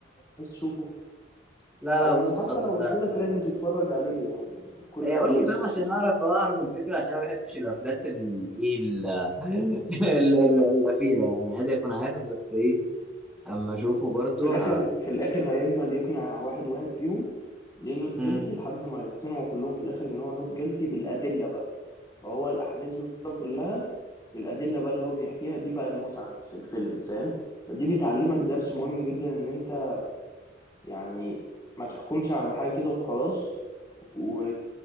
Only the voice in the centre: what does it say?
لا لا
بص
خلاص
لا
لو
إيه
قول لي
فاهم
عشان اعرف اعرف الفكره عشان أنا ما بحبش الافلات ال ايه ال <laughs> ال- ال- القفيله يعني عادي اكون عارف بس ايه اما اشوفه برضه
ه...
مم.